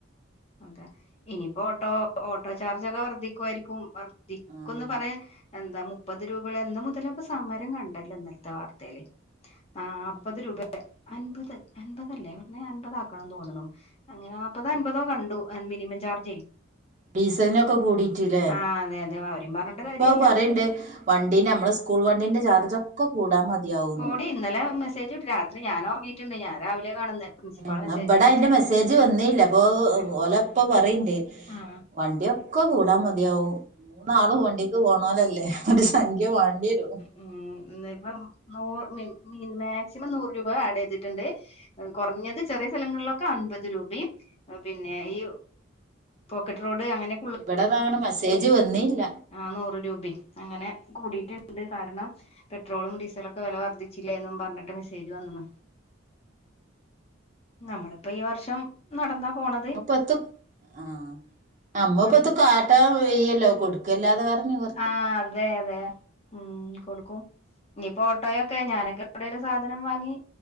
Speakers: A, on the left (about 30°); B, on the right (about 35°).
A: അതെ ഇനിയിപ്പോ ഓട്ടോ ഓട്ടോ ചാർജ് ഒക്കെ വർദ്ധിക്കുായിരിക്കും വർദ്ധിക്കന്ന്
B: ആഹ്
A: പറ എന്താ മുപ്പത് രൂപകളന്ന് എന്ന്മുതലപ്പ സമരം കണ്ടല്ലോ ഇന്നലത്തെ വാർത്തൽ നാല്പ്പത്
B: ആഹ്
A: രൂപ അൻപത് അൻപത്ല്ലേ പറഞ്ഞ അൻപത ആാക്കണം തോന്നണു അങ്ങനെ നല്പതോ അൻപതോ കണ്ട മിനിമം ചാർജ്
B: ഡീസലിനൊക്കെ കൂടിട്ടില്ലേ
A: ആഹ് അതെ അതെ അവരേം പറഞ്ഞിട്ട്
B: ഇനിയിപ്പോ
A: കാര്യല്ല
B: പറയണ്ട് വണ്ടീ നമ്മള് സ്കൂൾ വണ്ടീന്റെ ചാർജ് ഒക്കെ കൂടാൻ മതിയാവുന്നു
A: കോടി ഇന്നലെ മെസേജ് വീട്ടിനി രാത്രി ഞാനൻറങ്ങിട്ട് ണ്ട് ഞാൻ രാവിലെ കാണുന്ന പ്രിൻസിപ്പാൾ
B: എന്നാ
A: മെസ്സേജ്
B: ഇവിടെ
A: അയച്ചിട്ട്
B: അതിന്റെ മെസ്സേജ് വന്നില്ല അപ്പൊ
A: ആ
B: ഓലപ്പ പറയണ്ട്
A: ആഹ്
B: വണ്ടിയൊക്കെ കൂടാ മതിയാവും മൂന്നാളും
A: ഉം ഉം
B: വണ്ടിക്ക് പോണലല്ലേ ഒരു സംഖ്യ വണ്ടിരും
A: ഉ ഇപ്പ നൂ മാക്സിമം നൂറ് രൂപ ആഡ് ചെയ്തിട്ടുണ്ട് കുറഞ്ഞത് ചെറിയ സ്ഥലങ്ങളിലൊക്കെ അൻപത് രൂപയും പിന്നെ ഈ പോക്കറ്റ് റോഡ് അങ്ങനെ
B: ഇവിടന്ന അങ്ങനെ മെസ്സേജ് വന്നില്ല
A: ആ നൂറ് രൂപ അങ്ങനെ കൂടിട്ട് ണ്ട് കാരണം പെട്രോളും ഡീസലൊക്കെ വില വർദ്ധിച്ചില്ലേ എന്നും പറഞ്ഞിട്ട് മെസ്സേജ് വന്നു നമ്മളിപ്പോ ഈ വർഷം നടന്നാ പോണ
B: നമ്മ പത്ത് ആ നമ്മ
A: കൊഴ
B: പത്ത് കാട്ട വെയ്യല്ലോ കൊടുക്കും കൊട്ക്കല്ലാെതെ വേറെ നിവർത്തി
A: ആഹ് അതെ അതെ ഉം കൊടുക്കും ഇനിപ്പോ ട്ടോയൊക്കെ ഞാനൊക്കെവിടെ ഒരു സധനം വാങ്ങി